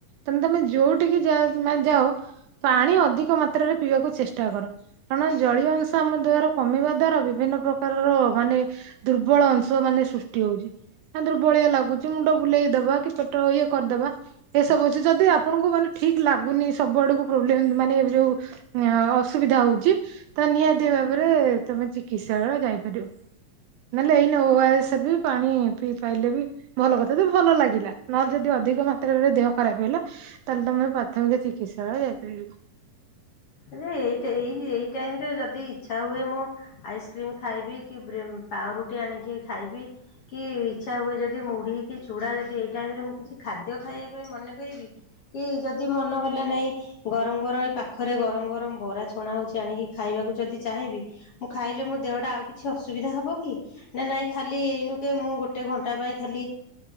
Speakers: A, on the right; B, on the left.
A: ତମେ ତମେ ଯୋଉଠିକି ଯାଅ ପାଣି ଅଧିକ ମାତ୍ରରେ ପିଇବାକୁ ଚେଷ୍ଟା କର। କାରଣ ଜଳୀୟ ଅଂଶ ଆମ ଦେହରୁ କମିବା ଦ୍ଵାରା ବିଭିନ୍ନ ପ୍ରକାରର ରୋଗ ମାନେ ଦୁର୍ବଳ ଅଂଶ ମାନେ ସୃଷ୍ଟି ହଉଛି। ଦୁର୍ବଳିଆ ଲାଗୁଛି ମୁଣ୍ଡ ବୁଲେଇ ଦବା କି ପେଟ ଇଏ କରିଦବା। ଏସବୁ ଅଛି ଯଦି ଆପଣଙ୍କୁ ମାନେ ଠିକ ଲାଗୁନି ସବୁ ଆଡ଼କୁ ପ୍ରୋବ୍ଲେମ୍ ମାନେ ଯୋଉ ଅସୁବିଧା ହଉଚି ତ ନିହାତି ଭାବରେ ତମେ ଚିକିତ୍ସାଳୟ ଯାଇପାରିବ। ନଲେ ଏଇନେ ଓ ଅର୍ ସେ ବି ପାଣି ପିଇ ପାଇଲେ ବି ଭଲ କଥା ତ ଭଲ ଲାଗିଲା ନହଲେ ଯଦି ଅଧିକ ମାତ୍ରାରେ ଦେହ ଖରାପ ହେଲା ତାହାଲେ ତମେ ପ୍ରାଥମିକ ଚିକିତ୍ସାଳୟ ଯାଇପାରିବ।
B: ଏଇ ଟା ଏଇ ଏଇ ଟାଇମରେ ଯଦି ଇଛା ହୁଏ ମୁଁ ଆଇସକ୍ରିମ ଖାଇବି କି ବ୍ରି ପାଉରୁଟି ଆଣିକି ଖାଇବି। କି ଇଛା ହୁଏ ଯଦି ମୁଢ଼ି କି ଚୁଡ଼ା ଯଦି ଏଇ ଟାଇମରେ ମୁଁ କିଛି ଖାଦ୍ୟ ଖାଇବା ପାଇଁ ମନେ କରିବି, କି ଯଦି ମନ ହେଲା ନାଇଁ ଗରମ ଗରମ ଏଇ ପାଖରେ ଗରମ ଗରମ୍ ବରା ଛଣା ହଉଚି ଆଣିକି ଖାଇବାକୁ ଯଦି ଚାହିଁବି, ମୁଁ ଖାଇଲେ ମୋ ଦେହଟା ଆଉ କିଛି ଅସୁବିଧା ହବ କି? ନା ନାଇଁ ଖାଲି ଏଇନୁ କେ ମୁଁ ଗୋଟେ ଘଣ୍ଟା ପାଇଁ ଖାଲି